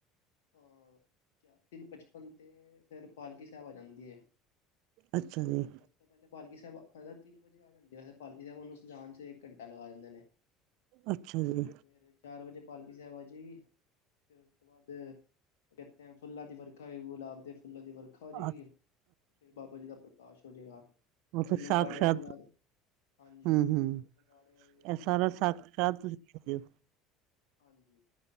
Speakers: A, on the left; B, on the right.
A: ਅਹ ਚਾਰ ਤਿੰਨ ਪਚਪਨ ਤੇ ਫਿਰ ਪਾਲਕੀ ਸਾਹਿਬ ਆ ਜਾਂਦੀ ਹੈ
B: ਅੱਛਾ ਜੀ
A: ਉਸ ਤੋਂ ਪਹਿਲਾਂ ਪਾਲਕੀ ਸਾਹਿਬ ਮਤਲਬ ਤਿੰਨ ਵਜੇ ਆ ਜਾਂਦੇ ਆ ਪਾਲਕੀ ਸਾਹਿਬ ਉਹਨੂੰ ਸਜਾ ਚ ਇਕ ਘੰਟਾ ਲਗਾ ਦਿੰਦੇ ਨੇ
B: ਅੱਛਾ ਜੀ
A: ਫੇਰ ਚਾਰ ਵਜੇ ਪਾਲਕੀ ਸਾਹਿਬ ਆ ਜਾਏਗੀ ਫਿਰ ਉਸ ਤੋਂ ਬਾਅਦ ਕਿਤੇ ਫੁੱਲਾਂ ਦੀ ਵਰਖਾ ਹੋਏਗੀ ਗੁਲਾਬ ਦੇ ਫੁੱਲਾਂ ਦੀ ਵਰਖਾ ਹੋ ਜਾਏਗੀ
B: ਅ
A: ਫੇਰ ਬਾਬਾ ਜੀ ਦਾ ਪ੍ਰਕਾਸ਼ ਹੋ ਜਏਗਾ
B: ਉਹ ਤਾਂ
A: ਤੇ ਨਗਾੜਿਆ
B: ਸਾਕਸ਼ਾਤ
A: ਦੇ ਨਾਲ ਹਾਂਜੀ
B: ਹੂੰ ਹੂੰ
A: ਨਗਾੜੇ ਆ ਜਦੇ ਆ
B: ਇਹ ਸਾਰਾ ਹਿਸਾਬ ਕਿਤਾਬ ਤੁਸੀਂ ਕਰਦੇ ਹੋ
A: ਹਾਂਜੀ